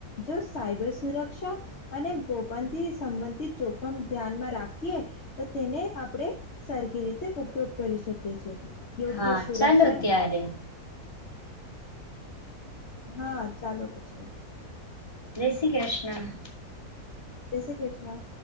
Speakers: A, on the left; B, on the left.
A: જો સાયબર સુરક્ષા અને ગોપનથી સંબંધિત જોખમ ધ્યાનમાં રાખ ક તો તેને આપણે સારખી રીતે ઉપયોગ કરી શકીએ છી યોગ્ય
B: હા
A: સુરક્ષા
B: ચાલો ત્યારે
A: હા ચાલો પછી.
B: જય શ્રી કૃષ્ણ.
A: જેશ્રી કૃષ્ણા.